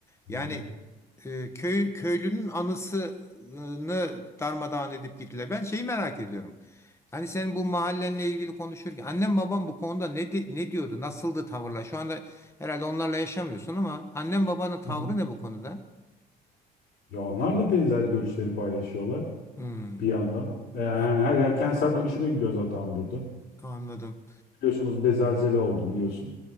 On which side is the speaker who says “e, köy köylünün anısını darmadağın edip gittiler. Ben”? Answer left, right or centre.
Left